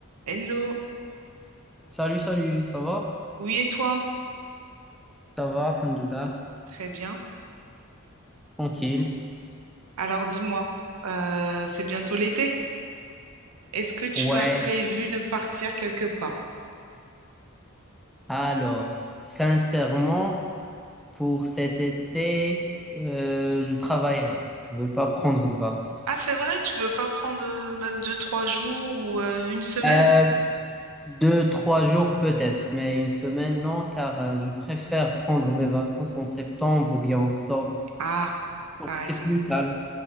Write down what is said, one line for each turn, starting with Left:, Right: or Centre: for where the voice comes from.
Right: Hello,
Centre: Salut, salut, ça va?
Right: oui et toi?
Centre: Ça va, alhamdoulilah,
Right: Très bien.
Centre: tranquille.
Right: Alors dis-moi, euh, c'est bientôt l'été. Est-ce que tu
Centre: Ouais,
Right: as prévu de partir quelque part?
Centre: alors, sincèrement, pour cet été, euh, je travaillerai. Je ne vais pas prendre de vacances.
Right: Ah, c'est vrai, tu veux pas prendre euh, même deux, trois jours ou euh, une semaine?
Centre: Euh, deux, trois jours peut-être, mais une semaine, non, car euh, je préfère prendre mes vacances en septembre ou bien octobre.
Right: Ah,
Centre: Donc
Right: t'as
Centre: c'est
Right: raison.
Centre: plus calme.